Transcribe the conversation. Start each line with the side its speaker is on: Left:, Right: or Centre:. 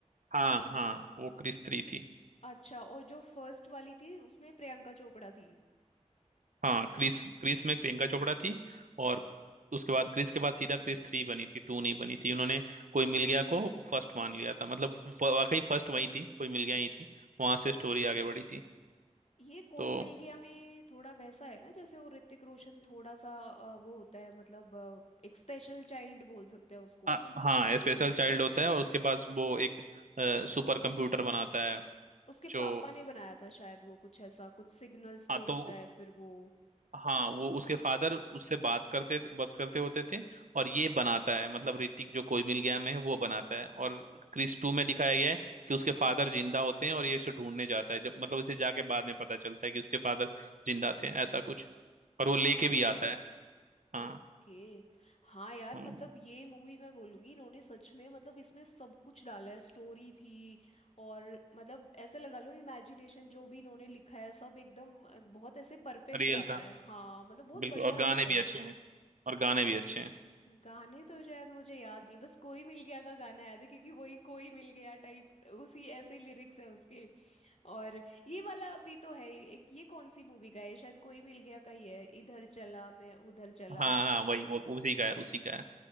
Right: हाँ हाँ वो क्रिस थ्री थी
Left: अच्छा और जो फर्स्ट वाली थी उसमें प्रियंका चोपड़ा थी
Right: हाँ क्रिस क्रिस में प्रियंका चोपड़ा थी और उसके बाद क्रिस के बाद सीधा क्रिस थ्री बनी थी टू नहीं बनी थी उन्होंने कोई मिल गया को फर्स्ट मान लिया था मतलब फ- वाकई फर्स्ट वही थी कोई मिल गया ही थी वहां से स्टोरी आगे बढ़ी थी
Left: ये कोई
Right: तो
Left: मिल गया में थोड़ा वैसा है ना जैसे वो ऋतिक रोशन थोड़ा सा अ, वो होता है मतलब अ, एक स्पेशल चाइल्ड बोल सकते हैं उसको
Right: आ, हाँ स्पेशल चाइल्ड होता है और उसके पास वो एक सुपर कंप्यूटर बनाता है
Left: उसके पापा
Right: जो
Left: ने बनाया था शायद वो कुछ ऐसा कुछ सिग्नल्स
Right: हाँ
Left: भेजता
Right: तो
Left: है फिर वो
Right: हाँ वो उसके फादर उससे बात करते बात करते होते थे और ये बनाता है मतलब ऋतिक जो कोई मिल गया में है, वो बनाता है और क्रिस टू में दिखाया गया है कि उसके फादर जिंदा होते हैं और ये इसे ढूंढने जाता है जब मतलब उसे जाके बाद में पता चलता है कि उसके फादर जिंदा थे ऐसा कुछ और
Left: ओह
Right: वो लेके भी आता है हाँ
Left: ओके हाँ यार
Right: हम्म,
Left: मतलब ये मूवी मैं बोलूंगी इन्होंने सच में मतलब इसमें सब कुछ डाला है स्टोरी थी और मतलब ऐसे लगा लो इमेजिनेशन जो भी इन्होंने लिखा है सब एकदम अ, बहुत ऐसे परफेक्ट
Right: रियल
Left: जाता
Right: था
Left: है हाँ मतलब बहुत
Right: बिल्कुल
Left: बढ़िया
Right: और गाने
Left: लगता
Right: भी
Left: है
Right: अच्छे हैं और गाने भी अच्छे हैं
Left: गाने तो शायद मुझे याद नहीं बस कोई मिल गया का गाना याद है क्योंकि वही कोई मिल गया टाइप उसी ऐसे लिरिक्स है उसके और ये वाला भी तो है ही, एक ये कौन सी मूवी का है शायद कोई मिल गया का ही है इधर चला मैं उधर चला
Right: हाँ हाँ वही वो उसी का है उसी का है